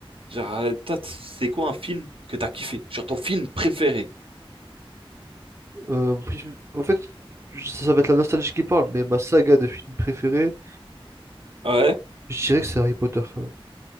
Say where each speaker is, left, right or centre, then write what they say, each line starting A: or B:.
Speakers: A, on the right (about 65°); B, on the right (about 30°).
A: Genre, euh, toi, t- c'est quoi un film que t'as kiffé? Genre, ton film préféré?
B: Euh, mon film- en fait, je- ça va être la nostalgie qui parle, mais ma saga de films préférée,
A: Ouais,
B: je dirais que c'est Harry Potter. quand même.